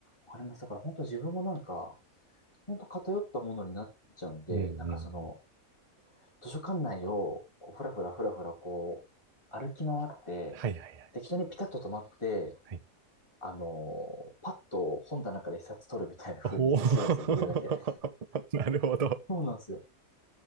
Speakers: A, on the left; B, on the right.
A: わかります。だから本当自分もなんか、本当偏ったものになっちゃうので、
B: うんうんうん。
A: なんかその、図書館内を、こう、ふらふらふらふら、こう、歩き回って、
B: はいはいは
A: 適当にピタッと止まって、
B: い。はい。
A: あのーパッと本棚から一冊取るみたいな風にしてるんですよ。
B: おー
A: できるだけ。
B: <laughs> なるほど。
A: そうなんですよ。